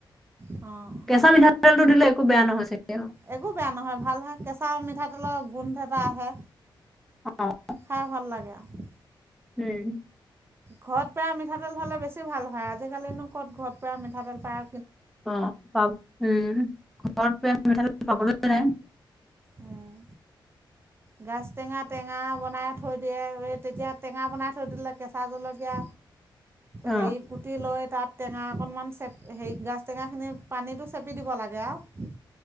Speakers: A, on the right; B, in the centre.
A: অঁ
B: কেঁচা মিঠাতেলটো, দিলে এক বেয়া নহয় চাগে।
A: একো বেয়া নহয় ভাল হয় কেঁচা মিঠাতেলৰ, গোন্ধ এটা আহে।
B: অ
A: খাই ভাল লাগে আৰু।
B: উম'
A: ঘৰত পেৰা মিঠাতেল, হলে বেছি ভাল হয় আজিকালিনো ক'ত ঘৰত পেৰা মিঠাতেল পাই।
B: অ পাব উম ঘৰত পেৰা মিঠাতেল, পাবলৈ নাই।
A: উম গাজ টেঙা টেঙা, বনাই থৈ দিয়ে এই তেতিয়া টেঙা বনাই থৈ দিলে কেঁচা জলকীয়া,
B: অ
A: হেৰি কুটি কুটি লৈ তাত টেঙা অকণমান চেপ হেৰি গাজ, টেঙাখিনি পানীটো চেপি দিব লাগে আৰু।